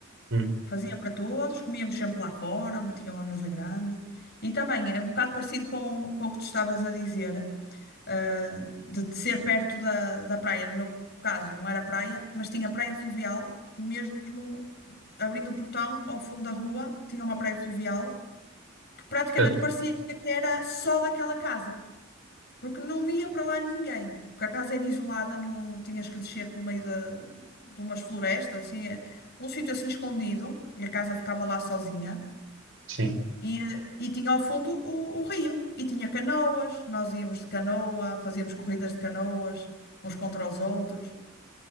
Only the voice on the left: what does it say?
Fazia para todos, comíamos sempre lá fora, tinha uma mesa grande. E também é um bocado parecido com, com o que tu estavas a dizer, ah, de de ser perto da, da praia. No meu caso, não era praia, mas tinha praia fluvial, mesmo abrindo o portão ao fundo da rua, tinha uma praia fluvial que praticamente
parecia que era só daquela casa porque não ia para lá ninguém. Porque a casa era isolada, no, tinhas que descer pelo meio da- de umas florestas, assim, é- um sítio assim escondido, e a casa ficava lá sozinha.
E, eh, e tinha ao fundo o, o rio, e tinha canoas, nós íamos de canoa, fazíamos corridas de canoas, uns contra os outros.